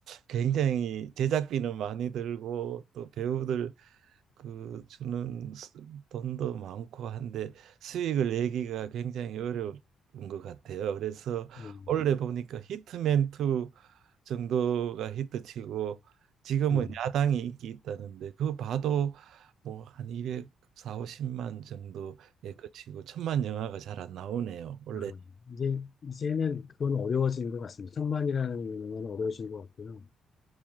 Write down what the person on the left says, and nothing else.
네,
네.
아, 이제 이제는 그건 어려워지는 것 같습니다. 천만이라는 건 어려워진 것 같고요.